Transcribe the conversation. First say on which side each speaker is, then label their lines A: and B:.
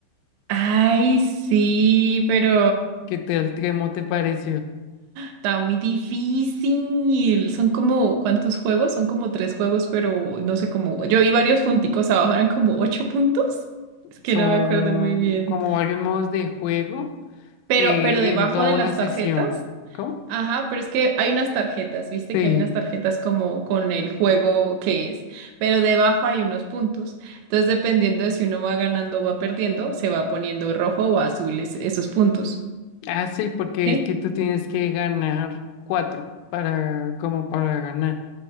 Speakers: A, on the right (about 80°); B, on the left (about 85°).
A: Ay, sí, pero
B: ¿Qué tal? ¿Cómo te pareció?
A: Está muy difícil. Son como, ¿cuántos juegos? Son como tres juegos, pero no sé cómo. Yo vi varios punticos abajo, eran como ocho puntos. Es que
B: Son
A: no me acuerdo muy bien.
B: como varios modos de juego
A: Pero,
B: eh,
A: pero debajo
B: en toda
A: de
B: una
A: las
B: sesión.
A: tarjetas.
B: ¿Cómo?
A: Ajá, pero es que hay unas tarjetas, viste
B: Sí.
A: que hay unas tarjetas como con el juego que es, pero debajo hay unos puntos. Entonces, dependiendo de si uno va ganando o va perdiendo, se va poniendo rojo o azul es- esos puntos.
B: Ah, sí, porque
A: ¿Sí?
B: es que tú tienes que ganar cuatro para, como para ganar.